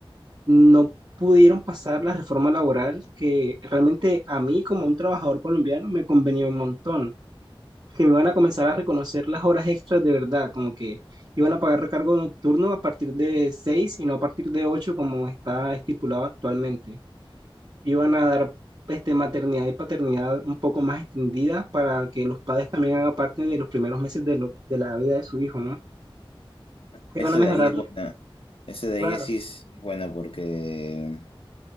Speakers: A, on the right (about 45°); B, on the left (about 80°).
A: no pudieron pasar la reforma laboral que realmente a mí como un trabajador colombiano me convenía un montón. Que me iban a comenzar a reconocer las horas extras de verdad, como que iban a pagar recargo nocturno a partir de 6 y no a partir de 8 como está estipulado actualmente. Iban a dar este, maternidad y paternidad un poco más extendida para que los padres también hagan parte de los primeros meses de, lo- de la vida de su hijo, ¿no?
B: Ese
A: Iban a mejorar,
B: de ahí es buena. Ese de
A: claro,
B: ahí sí es, sí es buena porque